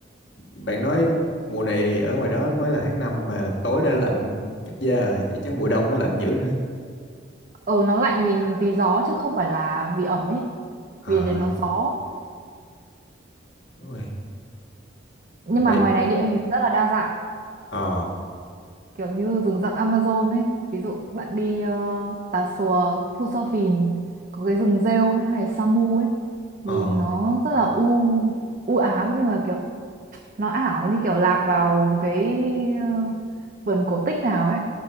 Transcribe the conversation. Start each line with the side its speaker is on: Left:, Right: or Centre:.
Left: bạn nói mùa này ở ngoài đó mới là tháng 5 mà tối đã lạnh cắt da rồi thì chắc mùa đông nó lạnh dữ nữa
Right: ừ nó lạnh vì vì gió chứ không phải là vì ẩm ấy
Left: à
Right: vì thì nó gió
Left: đúng rồi
Right: nhưng
Left: vậy
Right: mà ngoài này địa hình rất là đa dạng
Left: ờ
Right: kiểu như rừng rậm Amazon ấy ví dụ bạn đi uh, Tà Xùa Phu Sa Phìn có cái rừng rêu ấy hay là Sa Mu ấy nhìn
Left: ờ
Right: nó rất là u u ám nhưng mà kiểu nó ảo như kiểu lạc vào một cái ờ, vườn cổ tích nào ấy